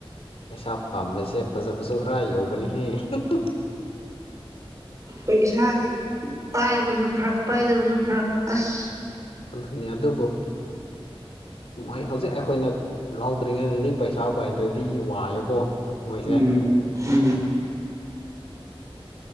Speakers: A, on the left (about 85°); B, on the right (about 35°).
A: ꯄꯩꯁꯥ ꯄꯥꯝꯕꯁꯦ ꯐꯖꯕꯁꯨ ꯈꯔ ꯌꯧꯕꯅꯤꯍꯦ ꯍꯨꯃ
B: ꯄꯩꯁꯥꯖꯦ ꯄꯥꯏꯕꯁꯨ ꯐꯔꯛ ꯄꯥꯏꯗꯕꯁꯨ ꯐꯔꯛ ꯑꯁ
A: ꯑꯗꯨꯅꯤ ꯑꯗꯨꯕꯨ ꯃꯣꯏ ꯍꯧꯖꯤꯛ ꯑꯩꯈꯣꯏꯅ ꯂꯥꯎꯗ꯭ꯔꯤꯉꯩꯗꯗꯤ ꯄꯩꯁꯥ ꯄꯥꯏꯗ꯭ꯔꯗꯤ ꯋꯥꯏꯌꯦꯀꯣ꯫ ꯃꯣꯏꯁꯦ
B: ꯎꯝ ꯎꯝ